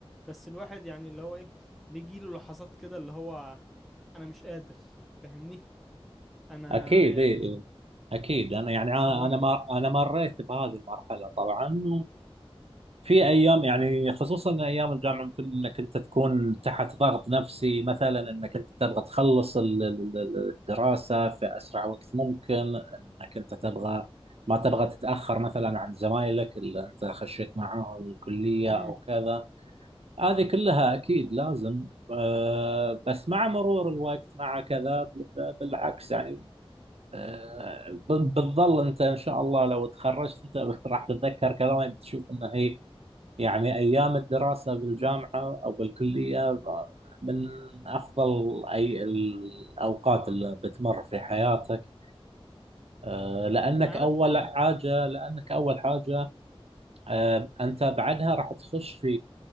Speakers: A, in the centre; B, on the right (about 80°).
A: بس الواحد يعني اللي هو ايه بيجيله لحظات كده اللي هو انا مش قادر فاهمني انا
B: اكيد
A: يعني
B: اي إي. اكيد انا يعني انا
A: الواحد
B: أنا ما انا مريت بهذه المرحله طبعا في ايام يعني خصوصا ايام الجامعه ممكن انك انت تكون تحت ضغط نفسي مثلا انك انت تبغى تخلص ال- ال- ال- الدراسه في اسرع وقت ممكن انك انت تبغى ما تبغى تتاخر مثلا عن زمايلك اللي انت خشيت معاهم الكليه
A: امم
B: او كذا هذه كلها اكيد لازم آه، بس مع مرور الوقت مع كذا ب- ب- بالعكس يعني آه، ب- بتظل انت ان شاء الله لو تخرجت انت <laughs> راح تتذكر كلامي بتشوف انه هي يعني أيام الدراسة بالجامعة أو بالكلية من أفضل أي الأوقات اللي بتمر في حياتك آه، لأنك
A: انا عارف
B: أول حاجة لأنك أول حاجة آه، أنت بعدها راح تخش في